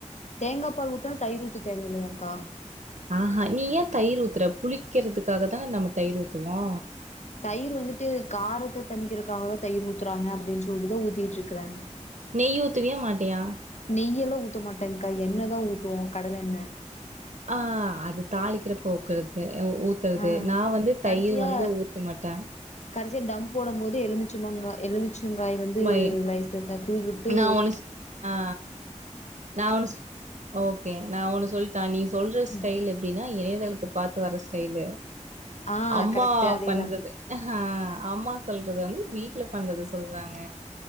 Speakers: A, on the left (about 65°); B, on the right (about 75°).
A: தேங்கா பால் ஊத்துனா தயிர் ஊத்த தேவையில்லயாக்கா
B: அ ஆ நீ ஏன் தயிர் ஊத்துற புளிக்கிறதுக்காக தான நம்ம தயிர் ஊத்துவோ
A: தயிர் வந்துட்டு காரத்த தணிக்கிறக்காகதா தயிர் ஊத்துறாங்க அப்டின்னு சொல்லிட்டுதா ஊத்திட்டு இருக்குறே
B: நெய் ஊத்துவியா மாட்டியா
A: நெய்யல்லா ஊத்த மாட்டேங்க்கா எண்ணெ தா ஊத்துவோ கடலெண்ண
B: ஆ அது தாளிக்கிறப்போ ஊக்கறது அ ஊத் தறது
A: ஆ
B: நா வந்து
A: கடசியா
B: தயிர் வந்து ஊத்த மாட்டே
A: கடசியா தம் போடும் போது எலுமிச்சு மாங்கா எலுமிச் சங்காய் வந்து
B: மை
A: <unintelligible> தூவிட்டு
B: நா ஒன்னு சொ ஆ நா ஒன்னு சொ ஓக்கே நா ஒன்னு சொல்ட்டா நீ சொல்ற ஸ்டைல்
A: ம்
B: எப்டின்னா இணையதளத்த பாத்து வர ஸ்டைலு
A: ஆ
B: அம்மா
A: கரெக்ட் அதேதா
B: பண்றது ஹா அம்மா சொல்றது வந்து வீட்ல பண்றது சொல்றாங்க